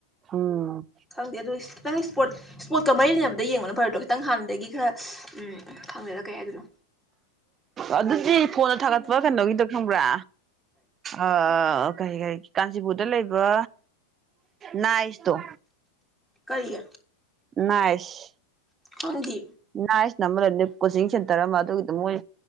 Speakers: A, on the right; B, in the centre.
A: ꯎꯝ
B: ꯈꯪꯗꯦ ꯑꯗꯨ ꯈꯤꯇꯪ ꯏꯁꯄꯣꯔꯠ ꯏꯁꯄꯣꯔꯠꯀ ꯃꯔꯤ ꯂꯩꯅꯕꯗ ꯌꯦꯡꯕꯅ ꯐꯔꯗꯣ ꯈꯤꯇꯪ ꯍꯥꯟꯕꯗꯒꯤ ꯈꯔ ꯎꯝ ꯐꯪꯗꯔ ꯀꯩ ꯍꯥꯏꯗꯅꯣ
A: ꯑꯗꯨ ꯑꯗꯨꯗꯤ ꯐꯣꯟꯗ ꯊꯥꯒꯠꯄ ꯀꯩꯅꯣꯒꯤꯗ ꯈꯪꯕ꯭ꯔꯥ ꯑ ꯀꯔꯤ ꯀꯔꯤ ꯀꯥꯟꯆꯤꯄꯨꯔꯗ ꯂꯩꯕ ꯅꯥꯏꯁꯇꯣ
B: ꯀꯔꯤ
A: ꯃꯏꯁ
B: ꯍꯪꯗꯤ
A: ꯅꯥꯏꯁꯅ ꯑꯃꯗ ꯀꯣꯆꯤꯡ ꯁꯦꯟꯇꯔ ꯑꯃ ꯑꯗꯨꯒꯤꯗ ꯃꯣꯏ